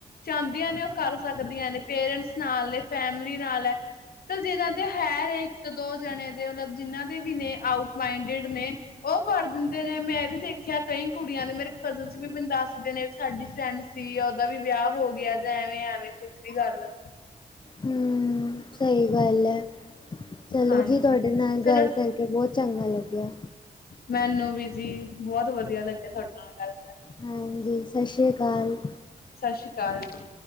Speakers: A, on the left; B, on the left.
A: ਚਾਹਦੀਆਂ ਨੇ ਉਹ ਕਰ ਸਕਦੀਆਂ ਨੇ, ਪੇਰੈਂਟਸ ਨਾਲ ਨੇ ਫੈਮਲੀ ਨਾਲ ਹੈ। ਚਲ ਜਿਨਾਂ ਦੇ ਹੈ ਨੇ ਇੱਕ ਦੋ ਜਣੇ, ਦੇ ਮਤਲਬ ਜਿਹਨਾਂ ਦੇ ਵੀ ਨੇ ਆਊਟ ਮਾਈੰਡਡ ਨੇ ਉਹ ਕਰ ਦੇਣ। ਨੇ ਮੈਂ ਵੀ ਦੇਖਿਆ, ਕਈ ਕੁੜੀਆਂ ਨੇ ਮੇਰੇ ਕਜ਼ਨਸ ਵੀ ਮੈਨ ਦੱਸਦੇ ਨੇ ਸਾਡੀ ਫਰੈਂਡ ਸੀ ਉਹਦਾ ਵੀ ਵਿਆਹ ਹੋ ਗਿਆ, ਜਾਂ ਐਵੇਂ -ਐਵੇਂ ਕੁੱਝ ਵੀ ਗੱਲ ਆ!
B: ਹਮ, ਸਹੀ ਗੱਲ ਹੈ। ਚਲੋ
A: ਹਾਂਜੀ
B: ਜੀ, ਤੁਹਾਡੇ ਨਾਲ
A: ਚਲੋ
B: ਗੱਲ ਕਰਕੇ ਬਹੁਤ ਚੰਗਾ ਲੱਗਿਆ।
A: ਮੈਨੂੰ ਵੀ ਜੀ, ਬਹੁਤ ਵਧੀਆ ਲੱਗਿਆ ਤੁਹਾਡੇ ਨਾਲ ਗੱਲ ਕਰ
B: ਹਾਂਜੀ ਸਤਿ ਸ੍ਰੀ ਅਕਾਲ
A: ਸਤਿ ਸ੍ਰੀ ਅਕਾਲ ਜੀ